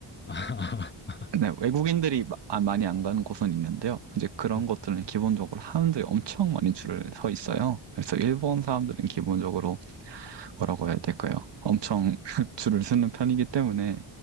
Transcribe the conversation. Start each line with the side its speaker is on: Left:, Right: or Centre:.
Left: 아, <laughs>
Right: 네, 외국인들이 마- 아, 많이 안 가는 곳은 있는데요. 이제 그런
Left: 네.
Right: 것들은 기본적으로 사람들이 엄청 많이 줄을 서 있어요. 그래서 일본 사람들은 기본적으로 뭐라고 해야 될까요? 엄청 <laughs> 줄을 서는 편이기 때문에,